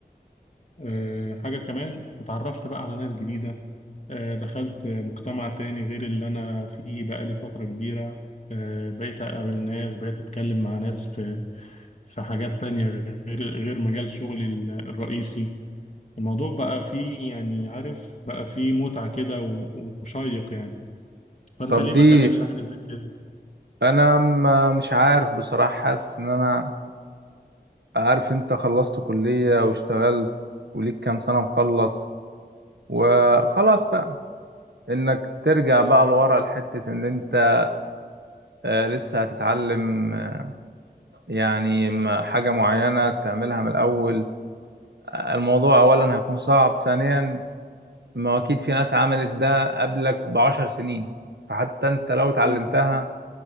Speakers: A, on the left; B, on the right.
A: آه، حاجة كمان اتعرفت بقى على ناس جديدة آه، دخلت مجتمع تاني غير اللي أنا فيه بقالي فترة كبيرة آه، بقيت أقابل ناس بقيت أتكلم مع ناس في في حاجات تانية غير غير مجال شغلي الرئيسي الموضوع بقى فيه يعني عارف بقى فيه متعة كده و- وشيق يعني فأنت
B: طب
A: ليه
B: دي
A: ما تعملش حاجة زي كده؟
B: انا ما مش عارف بصراحة حاسس ان انا عارف انت خلصت كلية واشتغلت وليك كام سنة مخلص وخلاص بقى انك ترجع بقى لورا لحتة ان انت آه، لسه هتتعلم آه، يعني م- حاجة معينة تعملها من الاول آه، الموضوع اولا هيكون صعب ثانيا ما هو اكيد في ناس عملت ده قبلك بعشر سنين فحتى انت لو اتعلمتها
A: مم.